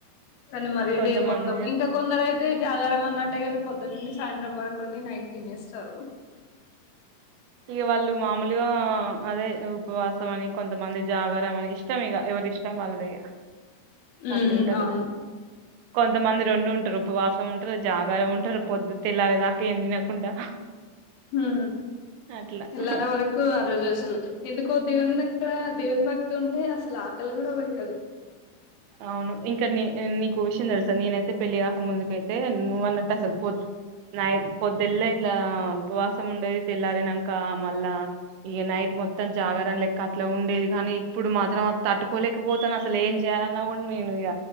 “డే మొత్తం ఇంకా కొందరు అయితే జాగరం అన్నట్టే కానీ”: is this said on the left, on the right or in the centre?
Left